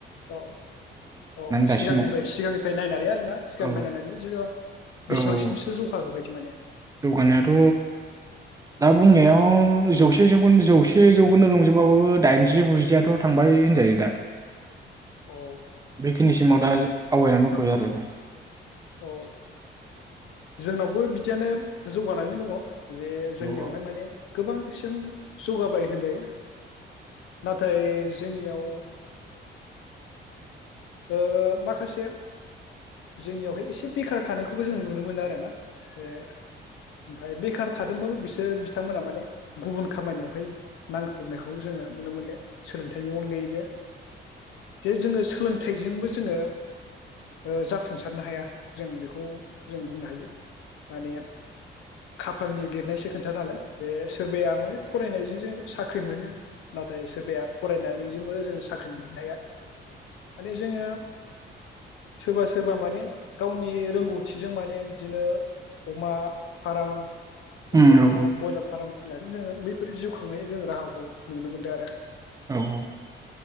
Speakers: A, on the left (about 75°); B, on the right (about 20°).
A: अ औ
B: दासिमाव
A: सिगांनिफ्राय सिगांनिफ्राय नायनानै आरोना सिगांनिफ्राय
B: औ
A: नायनानै ज
B: औ
A: बेसेबांसिमसो
B: औ औ
A: जौखाखोबायदि माने
B: जौगानायाथ' दा बुंनायाव जौसे जौखोन्द जौसे जौखोन्दो रंजोबाबाबो दाइनजि गुजियाथ' थांबाय होनजायो दा
A: औ
B: बेखिनिसिमाव दा आवगायनानै दंथ'यो आरो
A: औ जोंनावबो बिदियानो जौगानानै दङ जे जोंनियावहाय
B: औ
A: माने गोबांसिन जौगाबाय होनजायो नाथाय जोंनियाव ओ माखासे जोंनियावहाय एसे बेखार थानायखौबो जों नुनो मोनो आरो ना ए ओमफ्राय बे बेखार थादोंबाबो बिसोर बिथांमोना माने गुबुन खामानियावहाय नांफबनायखौ जोङो नुनो मोनदों। सोलोंथाइनि अनगायैबो जे जोङो सोलोंथाइजोंबो जोङो ओ जाफुंसारनो हाया जों बेखौ जों बुंनो हायो माने खाफालनि लिरनायसो खोन्था नालाय जे सोरबाया माने फरायनायजों जों साख्रि मोनो नाथाय सोरबाया फरायनानै जोंबो जों साख्रि मोनद्राया माने जोङो सोरबा सोरबा माने गावनि रोंगौथिजों माने बिदिनो अमा फाराम बिदिनो
B: औ औ
A: बयलार फार्म खुलिनानै जोङो बैफोर जिउ खांनाय जों राहाखौ नुनो मोन्दों आरो
B: औ